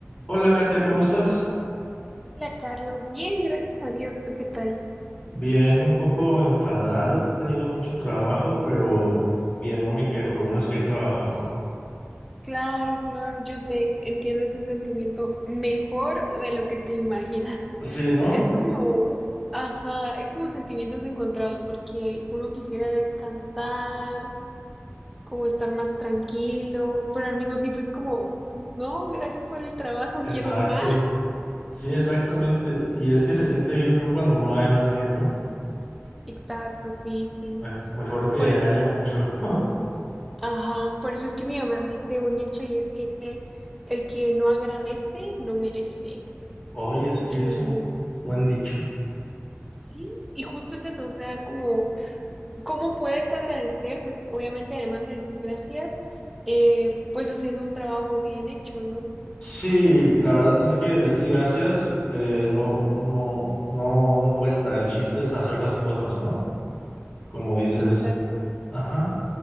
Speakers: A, on the left; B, in the centre.
A: Hola Katia, ¿cómo estás?
B: Hola, Carlos. Bien, gracias a Dios. ¿Tú qué tal?
A: Bien, un poco enfadado, he tenido mucho trabajo, pero bien, no me quejo, lo bueno es que hay trabajo. <laughs>
B: Claro, claro, yo sé, entiendo ese sentimiento mejor de lo que te imaginas.
A: Sí,
B: <laughs>
A: ¿no?
B: Es como, ajá, es como sentimientos encontrados porque uno quisiera descansar, como estar más tranquilo, pero al mismo tiempo es como, no, gracias por el trabajo,
A: Exacto,
B: quiero más.
A: sí, exactamente. Y es que se siente bien
B: <laughs>
A: feo cuando no hay más bien, ¿no?
B: Exacto, sí, sí.
A: Me- Mejor que
B: Por eso
A: haya
B: es,
A: mucho. <laughs>
B: ajá, por eso es que mi mamá dice un dicho y es que el que no agradece no merece.
A: Oye, sí,
B: Y,
A: es un buen dicho.
B: sí, y justo es eso, o sea, como, ¿cómo puedes agradecer? Pues obviamente, además de decir gracias, eh, pues haciendo un trabajo bien hecho, ¿no?
A: Sí, la verdad es que decir gracias eh, no, no, no, no cuenta. El chiste es hacer las cosas, ¿no? Como dices.
B: Exacto.
A: Ajá.